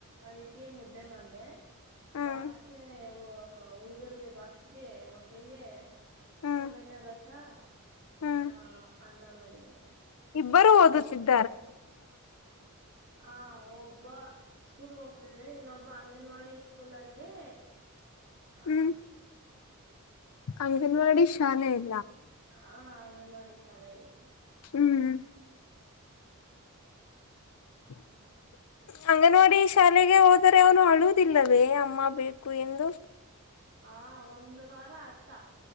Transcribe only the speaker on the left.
ಹ್ಮ್
ಹ್ಮ್ ಹ್ಮ್
ಹ್ಮ್
ಬರುವುದು ಸಿದ್ದ
ಹ್ಮ್
ಅಂಗನವಾಡಿ ಶಾಲೆ ಇ
ಹ್ಮ್ ಹ್ಮ <unintelligible> ಅಂಗನವಾಡಿ ಶಾಲೆಗೆ ಹೋದರೆ ಅವನು ಅಳುವುದಿಲ್ಲವೇ ಅಮ್ಮ ಬೇಕು ಎಂದು.